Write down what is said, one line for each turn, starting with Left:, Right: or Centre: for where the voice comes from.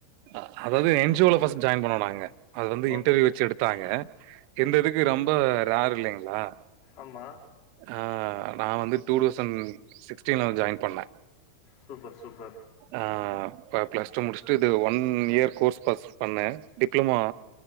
Right: அ அதாவது என் ஜி ஓ ல ஃபஸ் ஜாயின் பண்ணோ நாங்க அது வந்து
Left: ஓக்
Right: இன்டர்வியூ வெச்சு எடுத்தாங்க. இந்த இதுக்கு ரொம்ப ரேரு இல்லிங்ளா?
Left: ஆம்மா.
Right: ஆ நா வந்து டூ டௌசன் சிக்ஸ்டீன்லதா ஜாயின் பண்ணே.
Left: Super super.
Right: ஆ இப்ப ப்ளஸ் டூ முடிச்ட்டு து ஒன் இயர் கோர்ஸ் பஸ் பண்ணே டிப்ளமோ